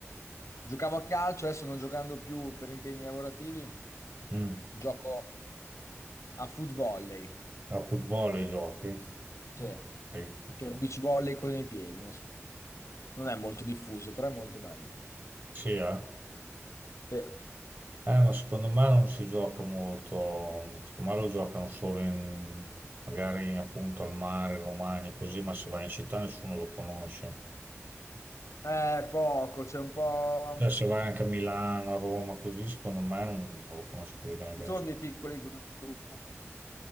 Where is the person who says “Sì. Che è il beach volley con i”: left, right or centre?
Left